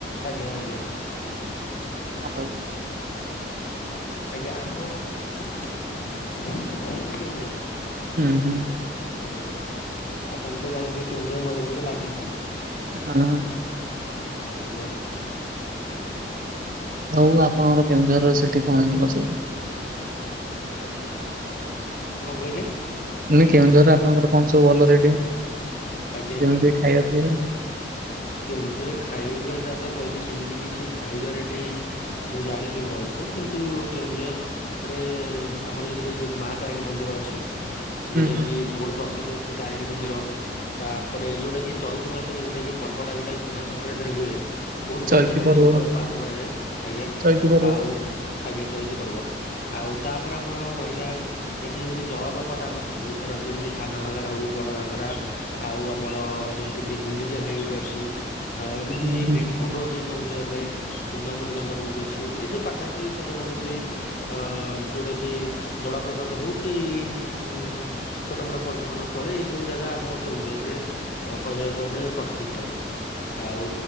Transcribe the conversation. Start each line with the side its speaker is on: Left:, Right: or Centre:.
Left: ଆଜ୍ଞା ଆଜ୍ଞା
Right: ଆଉ
Left: ଆଜ୍ଞା ଆମ <unintelligible> ଆମର କେଉଁଝର।
Right: ହୁଁ ହୁଁ।
Left: ଆଜ୍ଞା ଆପଣ ତ ଜାଣିଥିବେ କେଉଁଝର ମୟୂରଭଞ୍ଜ ଲାଗିଛି।
Right: ହଁ।
Left: ଆଜ୍ଞା।
Right: ହଉ ଆପଣଙ୍କର କେଉଁଝର ସେଠି କଣ ପ୍ରସିଦ୍ଧ।
Left: କଣ କହିଲେ।
Right: ମୁଁ ନି କେନୁଝର ଆପଣଙ୍କର କଣ ସବୁ ଭଲ ସେଠି
Left: ଆଜ୍ଞା
Right: ଯେମିତି ଖାଇବା ପିଇବା।
Left: କେଉଁଝରେ ଖାଇବା ପିଇବା ସାର୍ ତ କହିଲି ସେମିତି କିଛି ଖାଇବାର ଏଠି ମୁଁ ଜାଣିନି ଭଲସେ କିନ୍ତୁ କେଉଁଝର ରେ ଆମର ଯେମିତିକି ମା ତାରିଣୀ ମନ୍ଦିର ଅଛି। ଯଉଟା
Right: ହୁଁ ହୁଁ
Left: କିି ସବୁଠୁ ପ୍ରସିଦ୍ଧ ଅଉଛି ତାରିଣୀ ମନ୍ଦିର ତାପରେ ଯୋଉଟା କିି ଚଇତି ମାସରେ ଯଉଟା କିି ପର୍ବଟା ଯେଉଁଟାକି ପଣା ସଂକ୍ରାନ୍ତିରେ ହୁଏ। ବହୁତ
Right: ଚୈତି
Left: ଭଲରେ ସେଇଠି
Right: ପର୍ବ
Left: ପାଳନ କରାଯାଏ ଆଜ୍ଞା
Right: ଚୈତି ପର୍ବ
Left: ଆଉ ଆଜ୍ଞା ଚଇତି ପର୍ବ। ଆଉ ତାପରେ ଆମର ରହିଲା ଏଠି ଯେମିତି ଜଳପ୍ରପାତ ଆମର ସରେ ବହୁତ ସାରା ଅଛି ଏମିତି ସାନ ଘାଗରା ହଉ ବଡ ଘାଗରା। ଆଉ ଆମର ଯେମିତି କିି ଗୁଣ୍ଡିଚା ଘାଇ ଗୋଟେ ଅଛି ଆଉ ଏମିତି
Right: ହୁଁ ହୁଁ
Left: ଭିମ କୁଣ୍ଡୁ ଅଛି କେଉଁଝରରେ ସୁନାମୁଣି ଜଙ୍ଗଲ ବିଚ ଅଛି ଏଇସବୁ ପାଖାପାଖି ଛୋଟ ମୋଟ ସେଇ ଅ ଯୋଉଟା କି ଜଳପ୍ରପାତ ହଉ କି ଉଁ ଛୋଟ ମୋଟ ପର୍ଯ୍ୟଟନ ସ୍ଥଳୀ ଏଇ ସବୁ ଜାଗା ଆମ କେଉଁଝରରେ ଅ କହିବାକୁ ଗଲେ ପ୍ର ସିଦ୍ଧ ତ ଆଉ